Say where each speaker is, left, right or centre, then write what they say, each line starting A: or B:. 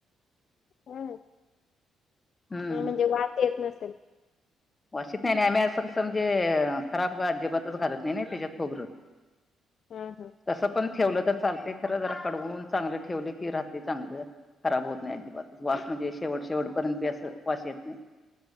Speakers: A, on the left; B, on the left.
A: हम्म
B: हम्म
A: हा म्हणजे वास येत नसल.
B: वास येत नाही आणि आम्ही असं कसं म्हणजे खराब काय अजिबातच घालत नाही नाही त्याच्यात खोबरं
A: हा हा
B: तसं पण ठेवलं तर चालते खरं जरा कडवून चांगलं ठेवले की राहते चांगलं खराब होत नाही अजिबात वास म्हणजे शेवट शेवटपर्यंत बी असं वास येत नाही